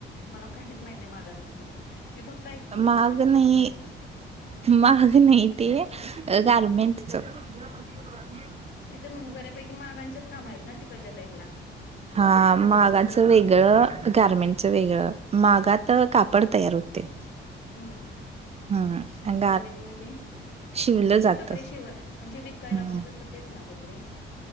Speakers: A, on the left; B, on the right.
A: मला काहीच माहीत नाही मागांचं म्हणजे मी फक्त ऐक का
B: महाग
A: मागाचं
B: नाही
A: काम. मागाचं काम.
B: महाग नाही ते गारमेंटच. हर पती तराशी आहे. <unintelligible>
A: नाही तर बऱ्यापैकी मागांचेच काम आहेत ना तिकडच्या साईडला.
B: हा मागाचं वेगळं गारमेंटचं वेगळं मागात कापड तयार होते.
A: हम्म
B: हम्म
A: आणि गारमेंट मध्ये
B: शिवलं जात
A: ते कपडे शिवा म्हणजे विकायला
B: हम्म
A: आपले बसत तेच ना कपडे.